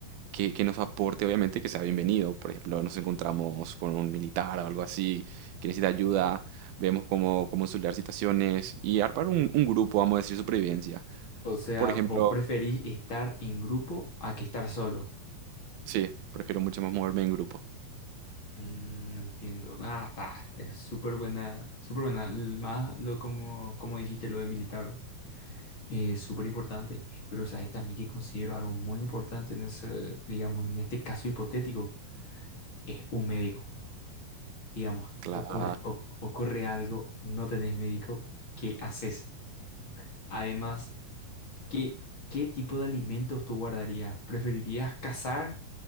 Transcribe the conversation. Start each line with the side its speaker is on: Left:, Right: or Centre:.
Right: que, que nos aporte, obviamente que sea bienvenido. Por ejemplo, nos encontramos con un militar o algo así que necesita ayuda, vemos cómo, cómo solucionar situaciones y armar un, un grupo, vamos a decir, supervivencia.
Left: O sea,
Right: Por ejemplo,
Left: vos preferís estar en grupo a que estar solo.
Right: Sí, prefiero mucho más moverme en grupo.
Left: Mm, entiendo. Ah, está. Es súper buena, súper buena. L- Más lo como, como dijiste, lo de militar, es súper importante. Pero, ¿sabes también que considero algo muy importante en ese, digamos, en este caso hipotético? Es un médico. Digamos,
Right: La,
Left: ocurre, o- ocurre algo, no tenés médico, ¿qué haces? Además, ¿qué, qué tipo de alimentos tú guardarías? ¿Preferirías cazar?